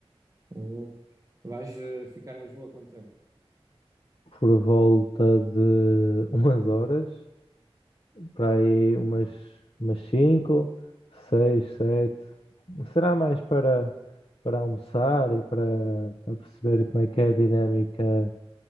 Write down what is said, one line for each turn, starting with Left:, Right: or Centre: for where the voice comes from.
Right: Ou Vais eh, ficar em Lisboa quanto tempo?
Left: Por volta de umas horas, para aí umas, umas 5 6 sete Será mais para, para almoçar e para, para perceber como é que é a dinâmica